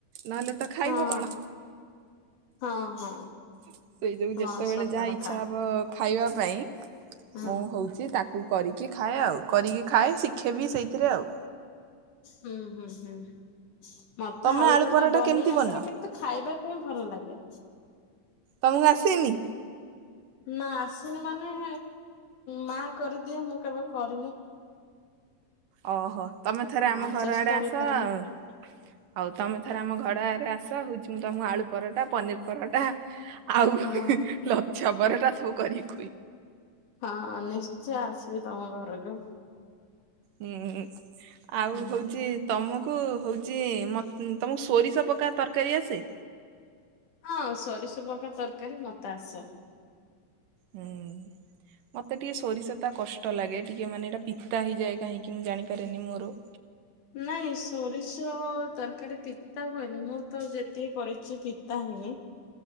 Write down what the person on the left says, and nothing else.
ହଁ
ହଁ ହଁ।
ହଁ
ସତ
କଥା।
ହୁଁ
ହୁଁ ହୁଁ ହୁଁ। ମତେ
ଆଳୁ ପରର
ଟା ବନେଇ
ଆସେନି
କିନ୍ତୁ ଖାଇବା ପାଇଁ ଭଲ ଲାଗେ।
ନା। ମାନେ ମା କରିଦିଏ ମୁଁ କେବେ କରିନି।
ହଁ
ଚେଷ୍ଟା
ବି କରିନି
ହଁ
ହଁ ନିଶ୍ଚୟ ଆସିବି ତମ ଘରକୁ।
ହୁଁ
ହଁ ସୋରିଷ ପକା ତରକାରୀ ମତେ ଆସେ।
ନାଇଁ ସୋରିଷ ତରକାରୀ। ପିତା ହୁଏନି ମୁଁ ତ ଯେତିକି କରିଛି ପିତା ହେଇନି।